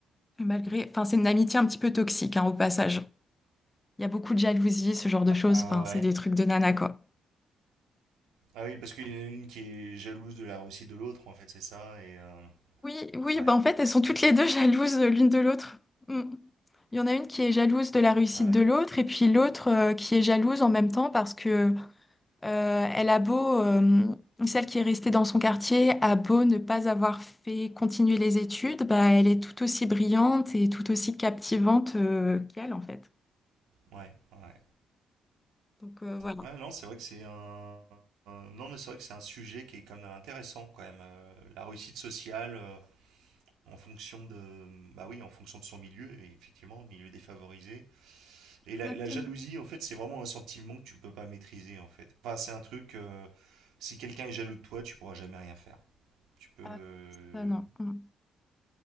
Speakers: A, on the left; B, on the right.
A: Malgré, enfin, c'est une amitié un petit peu toxique hein, au passage. Il y a beaucoup de jalousie, ce genre de choses.
B: Ah
A: Enfin,
B: ouais.
A: c'est des trucs de nana quoi.
B: Ah oui, parce qu'il y en a une qui est jalouse de la réussite de l'autre, en fait, c'est ça. Et euh,
A: Oui, oui,
B: ouais.
A: bah en fait, elles sont toutes
B: Ok.
A: les deux <laughs> jalouses euh, l'une de l'autre. Mm. Il y en a une qui est jalouse de la réussite
B: Ouais, ouais.
A: de l'autre et puis l'autre euh, qui est jalouse en même temps parce que Euh, elle a beau, euh, celle qui est restée dans son quartier, a beau ne pas avoir fait continuer les études, bah, elle est tout aussi brillante et tout aussi captivante, euh, qu'elle, en fait.
B: Ouais, ouais.
A: Donc euh, voilà.
B: Ouais, non, c'est vrai que c'est un. un- Non, mais c'est vrai que c'est un sujet qui est quand même intéressant, quand même. euh, la réussite sociale euh, en fonction de. Bah oui, en fonction de son milieu, et effectivement, milieu défavorisé. Et la,
A: Exactement.
B: la jalousie, en fait, c'est vraiment un sentiment que tu peux pas maîtriser, en fait. Enfin, c'est un truc. euh, si quelqu'un est jaloux de toi, tu pourras jamais rien faire. Tu peux.
A: Ah,
B: euh,
A: ça, non. Mm.